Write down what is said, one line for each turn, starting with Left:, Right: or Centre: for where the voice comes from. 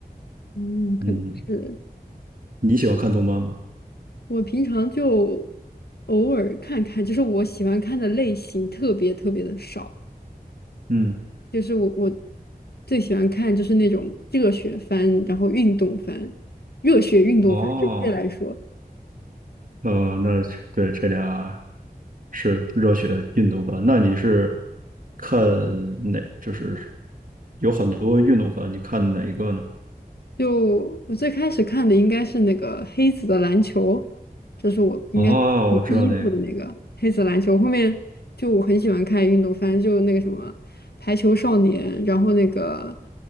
Left: 嗯，可能是。
Right: 嗯，你喜欢看动漫吗？
Left: 我平常就偶尔看看，就是我喜欢看的类型特别特别的少。
Right: 嗯，
Left: 就是我我最喜欢看就是那种热血番，然后运动番，热血运动番准确来说，
Right: 哦。呃，那是对这俩是热血运动番。那你是看哪？就是有很多运动番，你看哪一个呢？
Left: 就我最开始看的应该是那个黑子的篮球，这是我应该是看第一部的那个黑子篮球。
Right: 哦，我知道那个，
Left: 后面就我很喜欢看运动番，就那个什么排球少年，然后那个